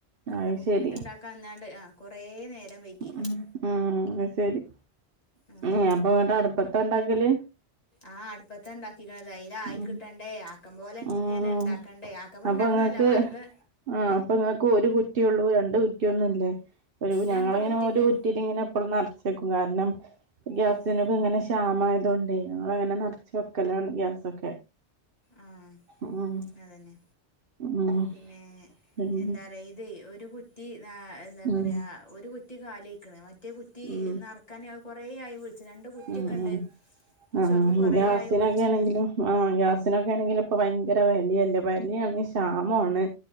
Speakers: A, on the right; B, on the left.
A: അത്
B: അപ്പ
A: ശരി
B: പുട്ടുണ്ടാക്കാന്നാണ്ട് ആഹ് കുറേ നേരം വെയ്റ്റെയ്തിക്കണ്
A: ഉം ഉം അത് ശരി
B: ആ
A: നീ അപ്പ അതടപ്പത്താ എണ്ടാക്കല്
B: ആഹ് അടുപ്പത്താ എണ്ടാക്കിക്കണതായി ഇല്ല ആയി
A: ഉം
B: കിട്ടണ്ടേ ആക്കം പോലെ ഇങ്ങനെ
A: ഉം
B: ഇണ്ടാക്കണ്ടേ ആക്കമ്പ
A: അപ്പൊ
B: ഇണ്ടാക്കണ
A: ഇങ്ങക്ക്
B: അല്ലെ വർഗ്
A: ആഹ് അപ്പൊ നിങ്ങക്ക് ഒരു കുറ്റിയൊള്ളൂ രണ്ടു കുറ്റിയൊന്നും ഇല്ലേ ഒരു
B: രണ്ട്
A: ഞങ്ങളിങ്ങനെ
B: കുറ്റിണ്ട്
A: ഒരു കുറ്റിയിലിങ്ങനെ എപ്പളും നറച്ച് വെക്കും കാരണം ഗ്യാസിനൊക്കെ
B: ഉം
A: ഇങ്ങനെ ക്ഷാമായതുകൊണ്ടേ ഞങ്ങളങ്ങനെ നറച്ച് വെക്കലാണ് ഗ്യാസൊക്കെ
B: ആഹ്
A: ഉം
B: അതന്നെ
A: ഉം
B: പിന്നെ
A: പിന്നെ
B: എന്താ പറയാ ഇതേ ഒരു കുറ്റി നാ എന്താ പറയാ
A: ഉം
B: ഒരു കുറ്റി കാലിയാക്കണ് മറ്റേ കുറ്റി
A: ഉം
B: നറക്കാനത് കൊറേ ആയി രണ്ട് കുറ്റിയൊക്കെ
A: ഉം
B: ഉണ്ട്
A: ഉം
B: പക്ഷെ
A: ആഹ്
B: ഓൽക്ക് കുറേ
A: ഗ്യാസിനൊക്കെ
B: ആയി വിളിച്ചണ്
A: ആണെങ്കിലും ആഹ് ഗ്യാസ് നൊക്കെ ആണെങ്കിലും ഇപ്പ ഭയങ്കര വിലയല്ലേ വിലയാണെങ്കി ക്ഷാമവാണ്